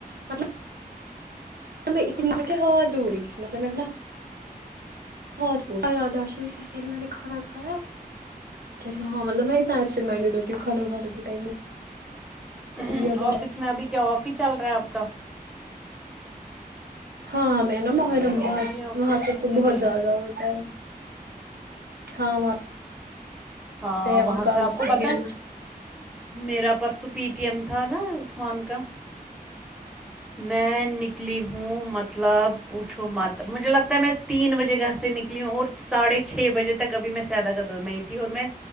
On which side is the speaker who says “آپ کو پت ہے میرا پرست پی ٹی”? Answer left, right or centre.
Centre